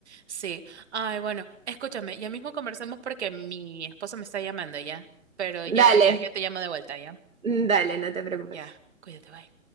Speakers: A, on the right (about 50°); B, on the right (about 70°).
A: Sí. Ay, bueno, escúchame, ya mismo conversamos porque mi esposo me está llamando ya. Pero ya,
B: Dale,
A: ya, ya te llamo de vuelta, ya.
B: dale, no te preocupes.
A: Ya, cuídate, bye.